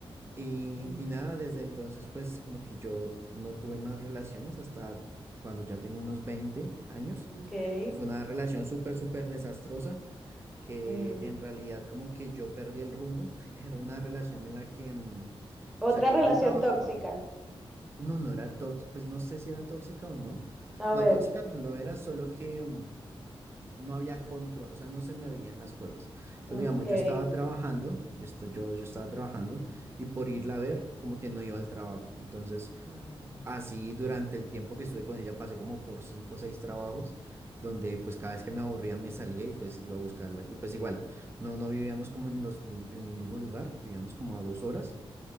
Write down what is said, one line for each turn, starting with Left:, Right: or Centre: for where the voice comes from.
Right: Y,
Centre: Mm,
Right: y nada, desde entonces pues como que yo no tuve más relaciones hasta cuando ya tenía unos veinte años.
Centre: ok.
Right: Fue una relación súper, súper desastrosa que
Centre: Mm.
Right: en realidad como que yo perdí el rumbo. <laughs> Era una relación en la que, mm, o
Centre: Otra
Right: sea, yo,
Centre: relación
Right: yo trabajaba.
Centre: tóxica.
Right: No, no era tóxica, pues no sé si era tóxica o no.
Centre: A
Right: No,
Centre: ver.
Right: tóxica no lo era, solo que mm, no había control, o sea, no se medían las cosas. Entonces,
Centre: Ok.
Right: digamos, yo estaba trabajando, yo, esta- yo, yo estaba trabajando y por irla a ver, como que no iba al trabajo. Entonces,
Centre: Ah,
Right: así durante el tiempo que estuve con ella, pasé como por cinco o seis trabajos, donde pues cada vez que me aburría me salía y pues iba a buscarla. Y pues igual, no, no vivíamos como en los, mism- en el mismo lugar, vivíamos como a dos horas